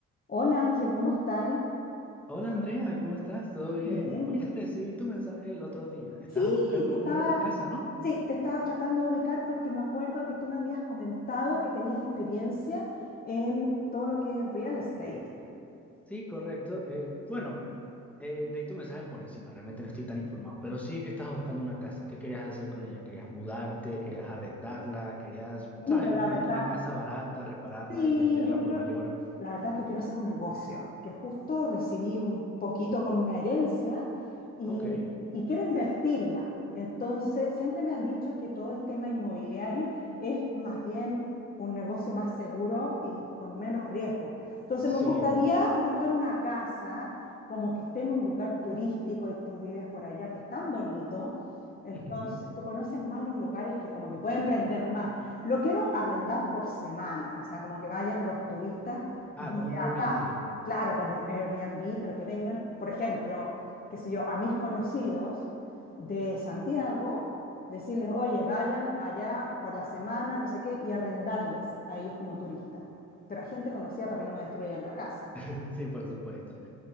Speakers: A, on the left (about 30°); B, in the centre.
A: Hola Ángel, ¿cómo estáis?
B: Hola Andrea, ¿cómo estás? ¿Todo bien?
A: Bien.
B: Oye, recibí tu mensaje el otro día. Estabas
A: Sí,
B: buscando
A: te
B: comprar
A: estaba,
B: una casa, ¿no?
A: sí, te estaba tratando de ubicar porque me acuerdo que tú me habías comentado que tenías experiencia en todo lo que es real estate.
B: Sí, correcto. Eh, bueno, eh, leí tu mensaje por encima, realmente no estoy tan informado, pero sí que estabas buscando una casa. ¿Qué querías hacer con ella? ¿Querías mudarte? ¿Querías arrendarla? ¿Querías,
A: Mira,
B: sabes, comprarte
A: la verdad,
B: una casa barata, repararla
A: Sí,
B: y venderla
A: yo creo
B: por mayor?
A: que la verdad que quiero hacer un negocio, que justo recibí un poquito con una herencia y,
B: Ok,
A: y quiero invertirla. Entonces, siempre me han dicho que todo el tema inmobiliario es más bien un negocio más seguro y con menos riesgo. Entonces,
B: sí
A: me gustaría
B: es.
A: buscar una casa como que esté en un lugar turístico y tú vives por allá, que es tan bonito, entonces,
B: Ujú.
A: tú conoces más los lugares que como que pueden prender más. Lo quiero arrendar por semana, o sea, como que vayan los turistas
B: Ah,
A: desde
B: como un Airbnb.
A: acá. Claro, como un Airbnb, pero que vengan, por ejemplo, qué sé yo, a mis conocidos de Santiago, decirles, oye, vayan allá por la semana, no sé qué, y arrendarles a ellos como turistas. Pero a gente conocida para que no me destruyan la casa.
B: <laughs> Sí, por supuesto.